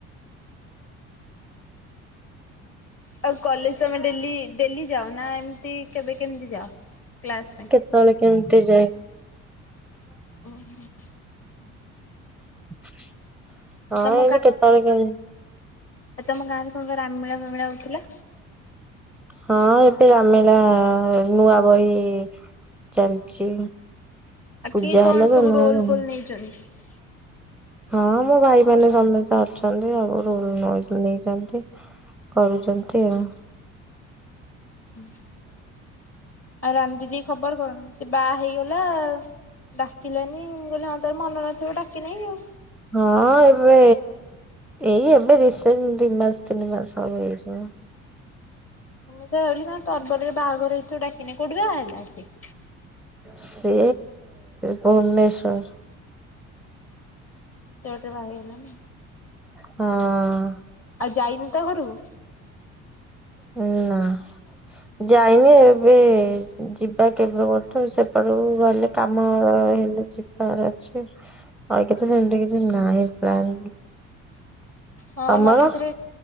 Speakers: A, on the left; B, in the centre.
A: ଆଉ କଲେଜ ତମେ ଡେଲି ଡେଲି ଯାଅ ନା ଏମତି କେବେ କେମିତି ଯାଅ କ୍ଲାସ ପାଇଁ।
B: କେତଳେ କେମିତି ଯାଏ।
A: ଓହୋ।
B: <inaudible> ହଁ
A: ତମ
B: ଏମତି କେତେବେଳେ କେମୀ
A: ଆ ତମ ଗାଁରେ କଣ ରାମିଳା ଫାମିଳା ହଉଥିଲା।
B: ହଁ ଏବେ ରାମିଲା ନୂଆ ବହି ଚାଲିଚ
A: ଆଉ
B: ପୂଜା
A: କିଏ କଣ
B: ହେଲା
A: ସବୁ
B: ବା ନୁଆ ବହି।
A: <inaudible>
B: ହଁ ମୋ ଭାଇ ମାନ ସମସ୍ତେ ଅଛନ୍ତି ଆଉ ରୁମ୍ ନୋଉ ନେଇଛନ୍ତି। କରୁଚନ୍ତି ଆଉ।
A: ହୁଁ। ଆଉ ରାନ୍ ଦିଦି ଖବର କଣ ସେ ବାହା ହେଇଗଲା? ଡାକିଲାନି ମୁ କହିଲି ହଁ ତାର ମନ ନଥିବ ଡାକି ନାହିଁ ଆଉ?
B: ହଁ ଏବେ ଏଇ ଏବେ ରିସେଣ୍ଟ ଦି ମାସ ତିନି ମାସ ସବ ଏଇଚି ମ?
A: ମୁଁ ସେ ଭାଲି ତରତର ରେ ବାହାଘର ହେଥ ଡାକିନେ କୋଉଠି ସେ ବାଆ ହେଲା ଆସି
B: ସେ ଭୁବନେଶ୍ଵର।
A: ଜଟେ ବାହେଇ ଗଲା
B: ହଁ।
A: ଆଉ ଯାଇନୁ ତା ଘରୁକୁ।
B: ହୁଁ ନା। ଯାଇନି ଏବେ ଯିବା କେବେ ଗୋଟେ ସେପଟକୁ ଗଲେ। କାମ ହେଲେ ଯିବାର ଅଛି। ଆଇ କେତେ ସେମିତି କିଛି ନାହିଁ ପ୍ଲାନ୍।
A: ହଁ
B: ତମର
A: ମତେତେରେ